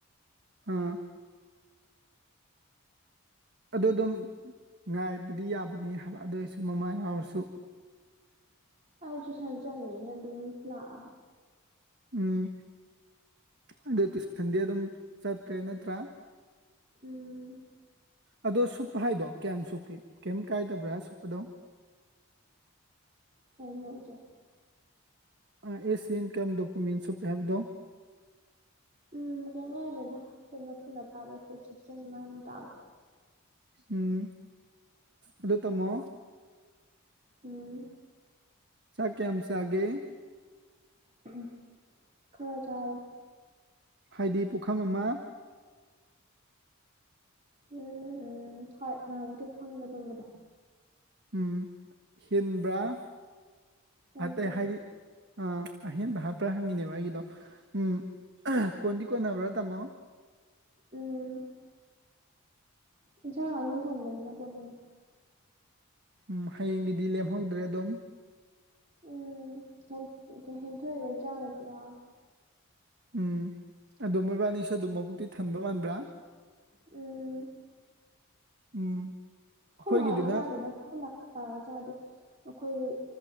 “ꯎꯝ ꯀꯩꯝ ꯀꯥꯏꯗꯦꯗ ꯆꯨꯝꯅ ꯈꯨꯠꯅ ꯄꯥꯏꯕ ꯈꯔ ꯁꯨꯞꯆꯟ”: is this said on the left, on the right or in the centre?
Right